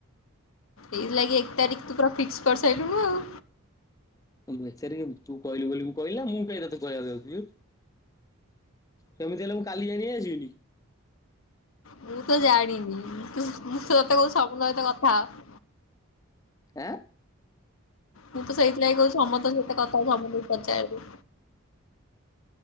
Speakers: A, on the left; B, on the left.
A: ଏଇ ଲାଗି ଏକ ତାରିଖ ତୁ ପୁରା ଫିକ୍ସ କରିସାରିଲୁନୁ ଆଉ
B: ଏକ ତାରିକ ତୁ କହିଲୁ ବୋଲି ମୁଁ କହିଲା ନା ମୁଁ କାଇଁ ତତେ କହିବାକୁ ଯାଉଛି। ସେମିତି ହେଲେ ମୁଁ କାଲି ଯାଇ ନେଇ ଆସିବିନି।
A: ମୁଁ ତ ଜାଣିନି ତୁ ମୁଁ ତତେ କହୁଛି ସବୁ ସହିତ କଥା ହ।
B: ଆଁ।
A: ମୁଁ ତ ସେଇଥିଲାଗି କହୁଛି ସମସ୍ତଙ୍କ ସତ କଥା ସମସ୍ତଙ୍କୁ ପଚାରିଦେ।